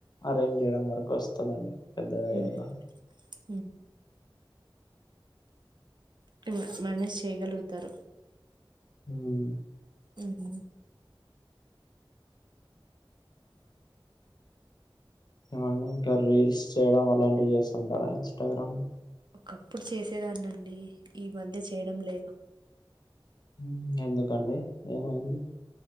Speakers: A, on the left (about 50°); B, on the right (about 55°).
A: అరేంజ్ చేయడం వరకు వస్తదండి పెద్దగా
B: హ్మ్.
A: ఏమ్ రాద్
B: హ్మ్. టు మా మ్యానెస్ చేయ్యగలుగుతరు
A: ఉమ్
B: ఉమ్మ్
A: ఏవండి ఇంకా రీల్స్ చేయడం అలాంటివి చేస్తుంటారా ఇన్ స్ట గ్రామ్ లో
B: ఒకప్పుడు చేసేదాన్ని అండి ఈ మధ్య చేయడం లేదు
A: ఉమ్ ఎందుకండి ఏమైంది